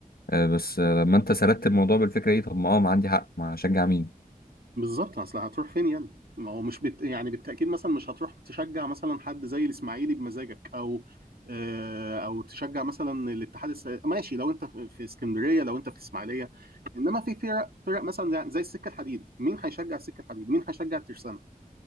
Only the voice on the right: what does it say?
بالظبط اصل هتروح فين يعني ما هو مش بت... يعني بالتاكيد مثلا مش هتروح تشجع مثلا حد زي الاسماعيلي بمزاجك او آه، او تشجع مثلا الاتحاد الس... ماشي لو انت في في اسكندريه لو انت في الاسماعيليه انما في فرق فرق مثلا زي زي السكه الحديد مين هيشجع السكه الحديد مين هيشجع الترسانه